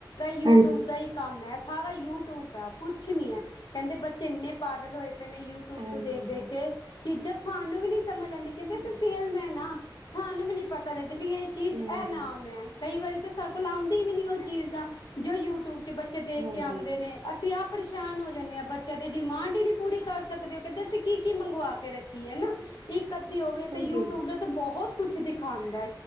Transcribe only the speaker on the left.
ਯੂਟਿਊਬ
ਦਾ ਹੀ ਕੰਮ ਐ। ਸਾਰਾ ਯੂਟਿਊਬ ਹੈ ਕੁਛ ਨੀ ਐ ਕਹਿੰਦੇ ਬੱਚੇ ਇੰਨੇ ਪਾਗਲ ਹੋਏ ਪਏ ਨੇ ਯੂਟਿਊਬ
ਤੋਂ ਦੇਖ-ਦੇਖ
ਕੇ ਚੀਜ਼ਾਂ ਸਾਨੂੰ ਵੀ ਨਹੀਂ ਸਮਝ ਆਂਦੀ ਕਹਿੰਦੇ
ਅਸੀਂ ਸੇਲਮੈਨ ਆ। ਸਾਨੂੰ ਵੀ ਨੀ ਪਤਾ ਲੱਗਦੀ ਵੀ ਇਹ ਚੀਜ਼
ਇਹ ਨਾਮ ਐ ਕਈ ਵਾਰੀ ਤਾਂ ਭੁਲਾਂਦੀ ਵੀ ਨੀ ਉਹ ਚੀਜ਼ ਦਾ ਜੋ ਯੂਟਿਊਬ 'ਚ ਬੱਚੇ ਦੇਖ
ਕੇ ਆਂਦੇ ਨੇ ਅਸੀਂ ਆਪ ਪਰੇਸ਼ਾਨ ਹੋ ਜਾਂਨੇ ਆ ਬੱਚਿਆਂ ਦੀ ਡਿਮਾਂਡ ਹੀ ਨੀ ਪੂਰੀ ਕਰ ਸਕਦੇ ਉਹ ਕਹਿੰਦੇ ਅਸੀਂ ਕੀ-ਕੀ ਮੰਗਵਾ ਕੇ ਰੱਖੀਏ ਹਨਾਂ ਇੱਕ ਅੱਧੀ ਹੋਵੇ ਤੇ
ਯੂਟਿਊਬ
ਨੇ ਤਾਂ ਬਹੁਤ ਕੁਛ ਦਿਖਾਂਦਾ